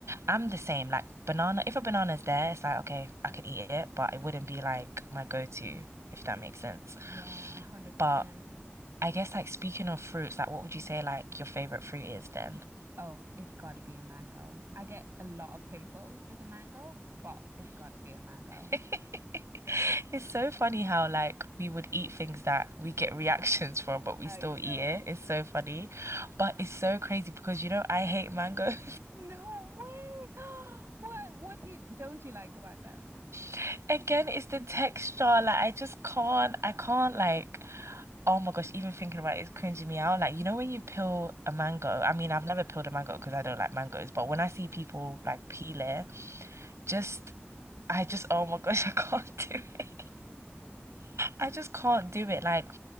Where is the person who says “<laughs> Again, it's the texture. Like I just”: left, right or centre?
Right